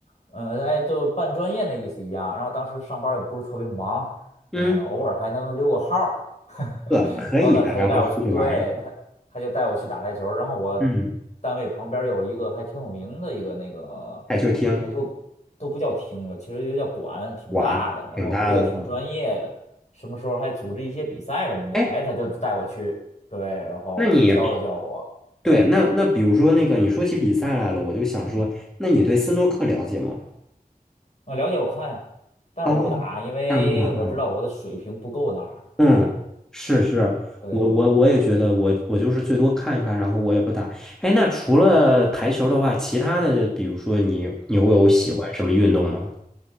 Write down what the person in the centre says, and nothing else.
嗯，
呃，可以的，
然后出去玩儿一下
嗯，
台球厅
玩挺大的了。
哎，
那你对那那比如说那个你说起比赛来了，我就想说，
那你对斯诺克了解吗？
哦，
这样子的啊，嗯，是是，
我我我也觉得我，我就是最多看一看，然后我也不打。哎，那除了台球的话，其他的，比如说你你会有喜欢什么运动吗？